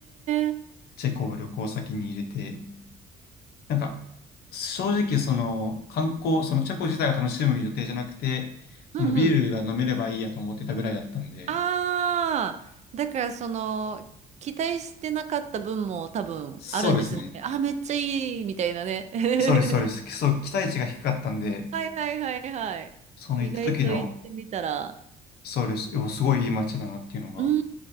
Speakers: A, on the right; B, on the left.
A: え、う
B: チェコを旅行先に入れて、なんか、正直その観光、そのチェコ自体を楽しむ予定じゃなくて、そのビールが飲めればいいやと思ってたぐらいだったんで、
A: んうん。ああ、だからその、期待してなかった分も多分あるんですね。
B: そうですね。
A: あ、めっちゃいい、みたいなね。<laughs>
B: そうです、そうです。そう、期待値が低かったんで、
A: はいはいはいはい。
B: その行った時の
A: 意外と行ってみたら。
B: そうです。でもすごいいい街だなっていうのが、
A: う